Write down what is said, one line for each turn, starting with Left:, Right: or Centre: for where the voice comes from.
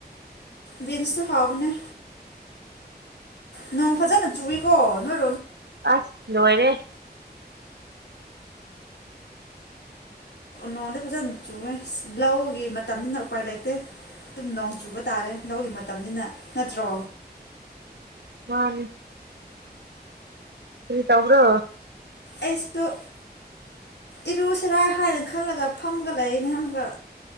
Left: ꯕꯤꯟꯁꯇ ꯍꯥꯎꯕꯅꯦ ꯅꯪ ꯐꯖꯅ ꯆꯨꯏꯀꯣ ꯅꯣꯏ
Right: ꯑꯁ ꯂꯣꯏꯔꯦ
Left: ꯅꯣꯡꯗꯤ ꯐꯖꯅ ꯆꯨꯋꯦ ꯂꯧꯒꯤ ꯃꯇꯝꯅꯤꯅ ꯎꯄꯥꯏ ꯂꯩꯇꯦ ꯇꯨꯝ ꯅꯣꯡ ꯆꯨꯕ ꯇꯥꯔꯦ ꯂꯧꯒꯤ ꯃꯇꯝꯅꯤꯅ ꯅꯠꯇ꯭ꯔꯣ
Right: ꯍꯅꯤ ꯁꯤꯔꯤ ꯇꯧꯕ꯭ꯔꯣ
Left: ꯑꯩꯁꯨ ꯑ ꯏꯔꯨꯁꯤꯔꯥ ꯍꯥꯏꯅ ꯈꯜꯂꯒ ꯐꯝꯒ ꯂꯩꯔꯤꯅꯦ ꯑꯃꯨꯛꯀ